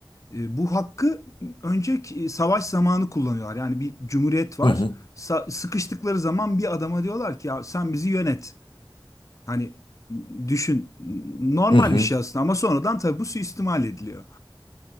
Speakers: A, on the left; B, on the left.
A: e, bu hakkı önceki e, savaş zamanı kullanıyorlar. Yani bir cumhuriyet var.
B: Hı hı.
A: Sa- sıkıştıkları zaman bir adama diyorlar ki ya sen bizi yönet. Hani düşün normal
B: Hı hı.
A: bir şey aslında ama sonradan tabii bu suistimal ediliyor.